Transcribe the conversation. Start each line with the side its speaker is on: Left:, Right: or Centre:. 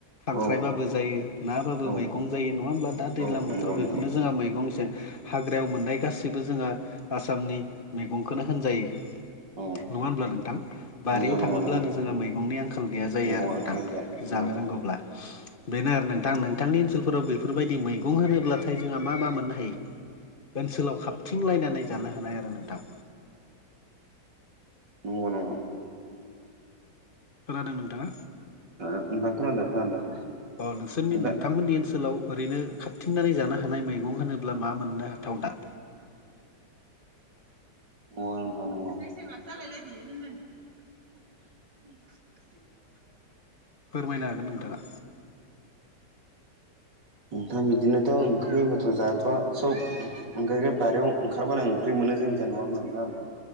Left: खांख्राइबाबो
Right: औ
Left: जायो नाबाबो
Right: औ
Left: मैगं जायो नङा होमब्ला दा दैज्लां
Right: औ नंगौ
Left: बोथोराव
Right: नंगौ
Left: बेफोरनो जोंहा मैगंजों हाग्रायाव मोननाय गासैबो जोंहा आसामनि मैगंखौनो होनजायो
Right: औ
Left: नङा होनब्ला नोंथां बारियाव
Right: नंगौ नंगौ
Left: थाङोब्लानो
Right: नंगौ
Left: जोंहा मैगंनि आंखाल गैया ज जायो
Right: मैगङा
Left: आरो नोंथां
Right: आंखाल गैया नंगौ
Left: जानो
Right: औ
Left: रोंगौब्ला बेनो नोंथां नोंथांनि ओनसोलफोराव बेफोरबायदि मैगं होनोब्लाथाय जोंहा मा मा मोननो हायो? ओनसोलाव खाबथिं लायनानै जानो हानाय आरो नोंथां
Right: नग नङ <unintelligible>
Left: खोनादों नोंथाङा
Right: ओ नोंथां खोनादों खोनादों
Left: अ नोंसोरनि
Right: नोंथां
Left: नोंथांमोननि ओनसोलाव ओरैनो खााबथिंनानै जानो हानाय मैगं होनोब्ला मा मोननो हाथाव दा
Right: औ <unintelligible> <inaudible> <unintelligible>
Left: फोरमायनो हागोन नोंथाङा
Right: ओंखाम बिदिनोथ' ओंख्रि बाथ' जायाथ'ा सब ओंखायनो बारियाव ओंखारबानो ओंख्रि मोनो जोंनिथि नंआबा नोंथां